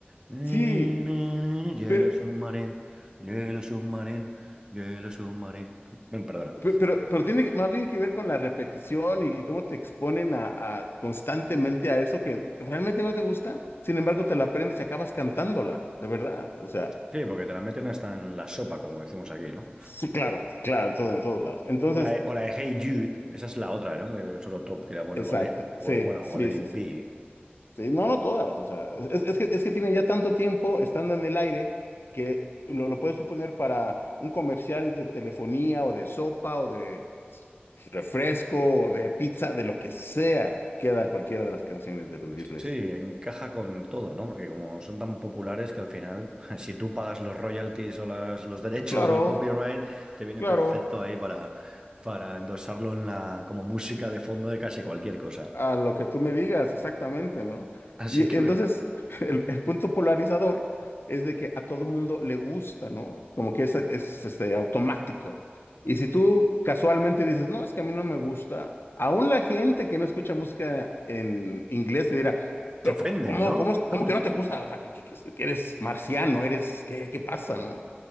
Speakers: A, on the right; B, on the left.
A: Na,
B: sí,
A: na, na, na, na, Yellow
B: pero...
A: Submarine, Yellow Submarine, Yellow Submarine. <laughs> Ven, perdona.
B: Pe- Pero, pero tiene que- más bien que ver con la repetición y, y cómo te exponen a, a constantemente a eso que realmente no te gusta, sin embargo te la aprendes y acabas cantándola, de verdad. O sea,
A: Sí, porque te la meten hasta en la sopa, como decimos aquí, ¿no?
B: sí, claro, claro, en todo, en todos lados. Entonces,
A: O la, de- o la de Hey Jude, esa es la otra, ¿no? Que Es otro top que la ponen,
B: exacto,
A: o, Le- o-
B: sí,
A: bueno,
B: sí,
A: o Let
B: sí,
A: It Be.
B: sí. Sí, no, no todas, o sea, es, es que, es que tienen ya tanto tiempo estando en el aire que lo, lo puedes suponer para un comercial de telefonía o de sopa o de s- refresco o de pizza, de lo que sea, queda cualquiera de las canciones de los Beatles.
A: Sí, encaja con todo, ¿no? Porque como son tan populares que al final, <laughs> si tú pagas los royalties o las, los derechos
B: Claro,
A: del copyright, te viene
B: claro.
A: perfecto ahí para, para endosarlo en la, como música de fondo de casi cualquier cosa.
B: a lo que tú me digas, exactamente, ¿no?
A: Así
B: Y
A: que
B: entonces,
A: ve,
B: <laughs> el, el punto polarizador es de que a todo mundo le gusta, ¿no? Como que es, es este, automático. Y si tú casualmente dices, no, es que a mí no me gusta, aún la gente que no escucha música en inglés te dirá, "Pero
A: se ofenden,
B: co- co- ¿cómo,
A: ¿no?
B: cómo, es- cómo
A: ¿Cómo?
B: que no te gusta? O sea, que, que- que- que eres marciano, eres, ¿qué, qué pasa, no?